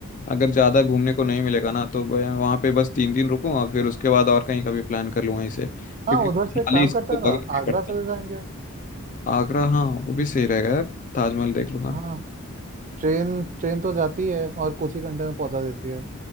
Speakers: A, on the left; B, on the right.
A: अगर ज्यादा घूमने को नहीं मिलेगा ना तो वह- वहाँ पे बस तीन दिन रुकूं और फिर उसके बाद और कहीं का भी प्लान कर लूँ वहीं से क्योंकि
B: हाँ उधर
A: खाली
B: से काम
A: इसको
B: करता है
A: बगल
B: ना
A: में ही
B: आगरा
A: पड़ता है
B: चले जाएंगे
A: आगरा हाँ वो भी सही रहेगा यार ताजमहल देख लूंगा
B: हाँ ट्रेन ट्रेन तो जाती है और कुछ ही घंटे में पहुंचा देती है